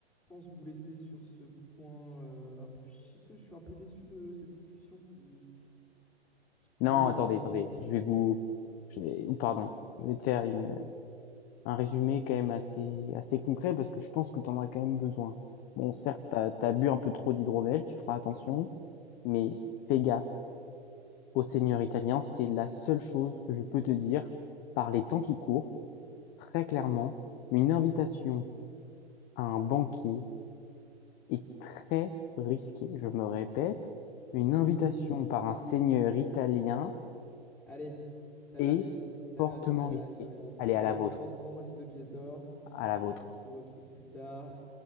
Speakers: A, in the centre; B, on the left.
A: pense vous laisser sur ce point euh, un peu chiteux. Je suis un peu déçu de cette discussion qui finit
B: Non, attendez,
A: euh, sur
B: attendez.
A: une mauvaise touche.
B: Je vais vous, je vais, ou pardon, je vais te faire une, un résumé quand même assez, assez concret parce que je pense que t'en as quand même besoin. Bon,
A: Je pense
B: certes,
A: que tu...
B: t'as, t'as bu un peu trop d'hydromel, tu feras attention, mais fais gaffe au seigneur italien. C'est la seule chose que je peux te dire par les temps qui courent. Très clairement, une invitation à un banquet est très risqué. Je me répète, une
A: Oui,
B: invitation par
A: oui,
B: un seigneur
A: oui, oui, oui.
B: italien
A: Allez, tavernier,
B: est
A: tavernier,
B: fortement
A: tavernier,
B: risquée.
A: tavernier. Prends-moi,
B: Allez, à la
A: ce-
B: vôtre,
A: prends, prends-moi ces deux pièces d'or.
B: à la vôtre,
A: On se retrouve plus tard.